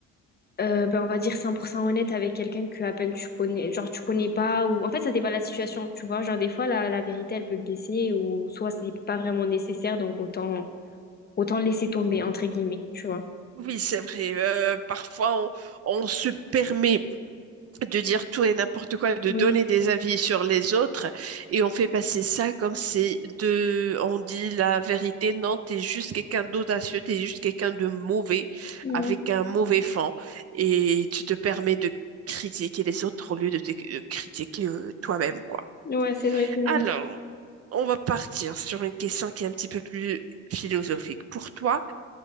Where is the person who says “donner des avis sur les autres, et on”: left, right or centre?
Right